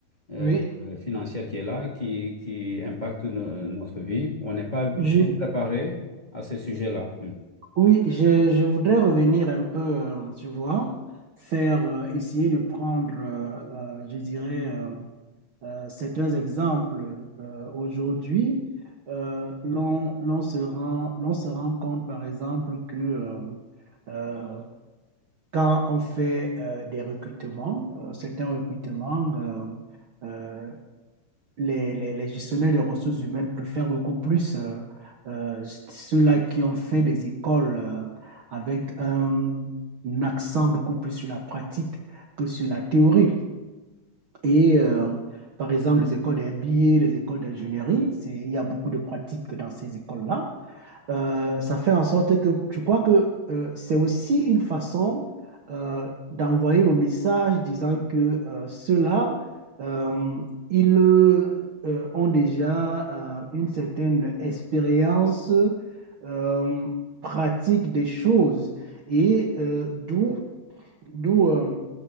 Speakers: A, on the left; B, on the right.
A: euh,
B: oui.
A: euh, financier qui est là, qui, qui impacte no- notre vie. On n'est pas bien
B: Je,
A: préparé à ces sujets-là. Hmm.
B: Oui, je, je voudrais revenir un peu, euh, tu vois, faire, euh, essayer de prendre, euh, euh, je dirais, euh, euh, certains exemples. Euh, aujourd'hui, euh, l'on, l'on se rend, l'on se rend compte, par exemple, que euh, euh, quand on fait euh, des recrutements, euh, certains recrutements, euh, euh, les, les, les gestionnaires des ressources humaines préfèrent beaucoup plus euh, euh, ceux-là qui ont fait des écoles euh, avec un, un accent beaucoup plus sur la pratique que sur la théorie. Et euh, par exemple, les écoles de MBA, les écoles d'ingénierie, c'est, il y a beaucoup de pratiques dans ces écoles-là euh, ça fait en sorte que je crois que euh, c'est aussi une façon euh, d'envoyer le message disant que euh, ceux-là, euh, ils euh, ont déjà euh, une certaine expérience euh, pratique des choses et euh, d'où d'où euh,